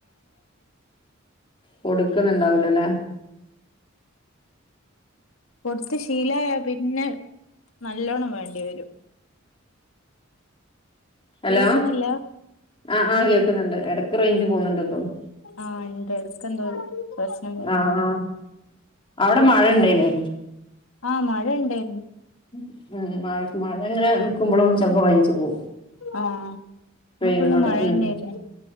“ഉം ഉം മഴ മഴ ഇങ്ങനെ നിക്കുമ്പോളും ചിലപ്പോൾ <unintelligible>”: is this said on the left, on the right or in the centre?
Left